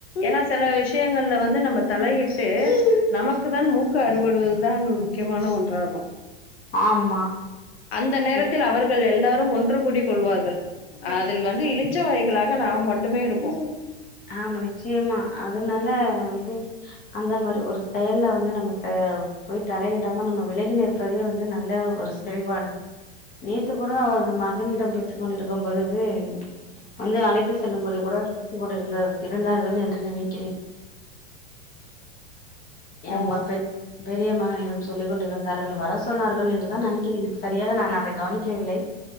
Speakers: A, on the left; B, on the left.
A: ஏனா செல விஷியங்கள்ல வந்து நம்ம தலையிட்டு நமக்கு தான் மூக்கு அறுபடுவத் இதான் முக்கியமான ஒன்றாகும்
B: ஆமா
A: அந்த நேரத்தில்
B: ம்
A: அவருக் கள் எல்லாரும் ஒன்று கூடி கொள்வார்கள் அதில் வந்து இளிச்ச வாய்களாக நாம் மட்டுமே இருப்போம்
B: ஆமா நிச்சியமா அதனால வந்து அந்த மாரி ஒரு செயல்ல வந்து நமக்கு போய் தலையிடாம நம்ம விலகி நிற்பதே வந்து நல்ல ஒரு செயல்பாடு நேத்து கூட அவுங்க மகனிடம் பேசிக்க கொண்டிருக்கும் பொழுது வந்து அழைத் து செல்லும்படி கூட பேசி கொண்டிருந்தார் இருந்தார்கள் என்று நினைக்கிறே ஏ
A: ஆ
B: உங்க பெரி பெரிய மகனிடம் சொல்லி கொண்டிருந்தார்கள் வரஸ் சொன்னார்கள் என்று தா நெனைக்கிறேன் அது சரியாக நான் அதை கவனிக்கவில்லை